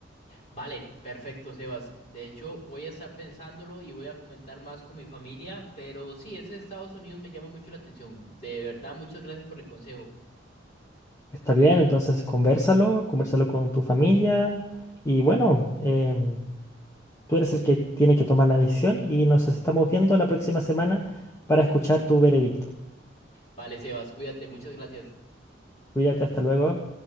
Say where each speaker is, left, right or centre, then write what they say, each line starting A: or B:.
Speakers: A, on the left; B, on the left.
A: Vale, perfecto, Sebas. De hecho, voy a estar pensándolo y voy a comentar más con mi familia, pero sí, ese de Estados Unidos me llama mucho la atención. De verdad, muchas gracias por el consejo.
B: Está bien, entonces convérsalo, convérsalo con tu familia y bueno, em, tú eres el que tiene que tomar la decisión y nos estamos viendo la próxima semana para escuchar tu veredicto.
A: Vale, Sebas, cuídate, muchas gracias.
B: Cuídate, hasta luego.